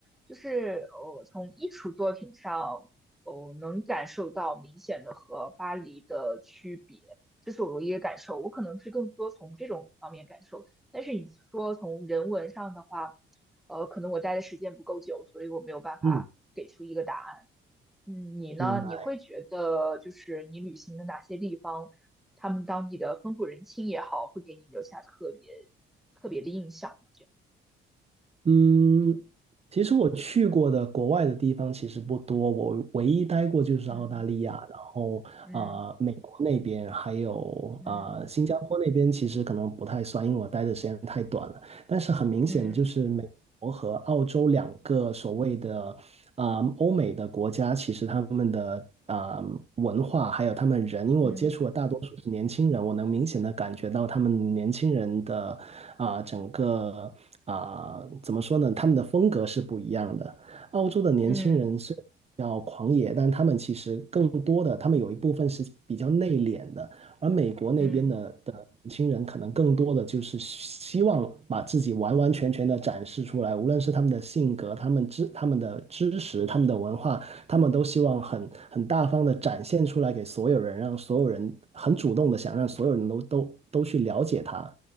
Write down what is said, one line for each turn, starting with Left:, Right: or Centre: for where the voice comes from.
Centre: 就是呃从艺术作品上哦，能感受到明显的和巴黎的区别，这是我唯一的感受。我可能是更多从这种方面感受，但是你说从人文上的话，呃，可能我待的时间不够久，所以我没有办法给出一个答案。
Right: 嗯，
Centre: 嗯，你呢？
Right: 明白。
Centre: 你会觉得就是你旅行的哪些地方，他们当地的风土人情也好，会给你留下特别特别的印象吗？这样，
Right: 嗯，其实我去过的国外的地方其实不多，我唯一待过就是澳大利亚，
Centre: 嗯
Right: 然后啊、
Centre: 嗯
Right: 呃美国那边还有啊、
Centre: 嗯
Right: 呃新加坡那边，其实可能不太算，因为我待的时间太短了。但是很明显，
Centre: 嗯
Right: 就是美国和澳洲两个所谓的啊、欧美的国家其实他们的啊、文化还有他们人，因为我接触的大多数是年轻人，
Centre: 嗯
Right: 我能明显的感觉到他们年轻人的啊、整个啊、怎么说呢，他们的风格是不一样的。澳洲的年轻人虽然比较狂野，
Centre: 嗯嗯
Right: 但他们其实更多的，他们有一部分是比较内敛的。而美国那边的的年轻人，
Centre: 嗯，
Right: 可能更多的就是希望把自己完完全全的展示出来，无论是他们的性格、他们知、他们的知识、他们的文化，他们都希望很很大方的展现出来给所有人，让所有人很主动的想让所有人都都都去了解他。